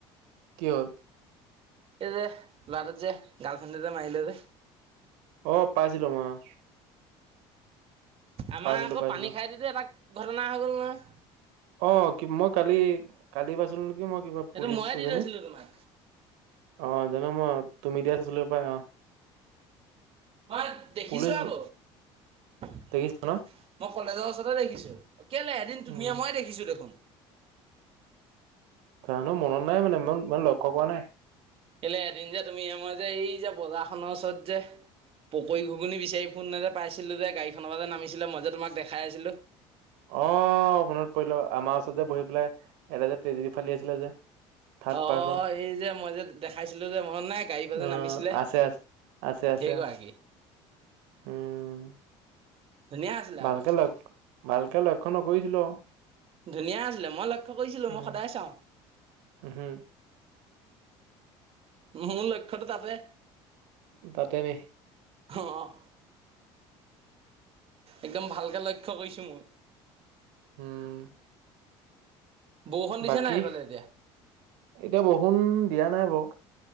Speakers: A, on the right; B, on the right.
A: কি হ'ল?
B: এই যে ল'ৰাটোক যে গাৰ্লফ্ৰেণ্ড যে মাৰিলে যে।
A: অ', পাইছিলো মই অ'।
B: আমাৰ
A: পাইছিলো
B: আক
A: পাইছিলো
B: পানী খাই দিওতেই এটা ঘটনা হৈ গ'ল নহয়।
A: অ' মই কালি কালি পাইছিলো নেকি মই কিবা
B: সেইটো
A: পুলিচ
B: ময়ে
A: এজনী।
B: দি থৈছিলো তোমাক
A: অ' জানো মই তুমি দিয়া চাইছিলো হপাই অ'।
B: মই দেখিছো
A: পুলিচ
B: আক। মই
A: দেখিছা ন
B: কলেজৰ ওচৰতে দেখিছো, কেলে এদিন তুমিয়ে
A: উম
B: মই দেখিছো দেখোন।
A: জানো মনত নাই মানে মই মানে লক্ষ্য কৰা নাই।
B: কেলে এদিন যে তুমি আমাৰ যে এই যে বজাৰখনৰ ওচৰত যে পকৰি, ঘুগুনি বিচাৰি ফোৰোতে যে পাইছিলোঁ দে গাড়ীখনৰ পৰাতে নামিছিলে মই যে তোমাক দেখাই আছিলোঁ।
A: অ 'মনত পৰিল আমাৰ ওচৰত যে বহি পেলাই এটা যে তেজেদী ফালি আছিলে যে থাৰ্ড
B: অ
A: পাৰ্চন,
B: এই যে মই যে দেখাইছিলো যে মনত নাই গাড়ী পৰা
A: অ'
B: যে নামিছিলে
A: আছে আছে। আছে আছে,
B: সেইগৰাকী
A: উম।
B: ধুনীয়া আছিলে
A: ভালকে
B: আকৌ
A: লক্ষ, ভালকে লক্ষ্য নকৰিছিলো আৰু।
B: ধুনীয়া আছিলে, মই লক্ষ্য কৰিছিলো
A: উম,
B: মই সদায় চাওঁ।
A: উহু,
B: মোৰ লক্ষ্যটো তাতে
A: বা দা ৱে
B: হ অ', একদম ভালকে লক্ষ্য কৰিছোঁ মইও।
A: উম,
B: বৰষুণ দিছে
A: বাকী?
B: নাই এইফালে এতিয়া
A: এতিয়া বৰষুণ দিয়া নাই বাৰু।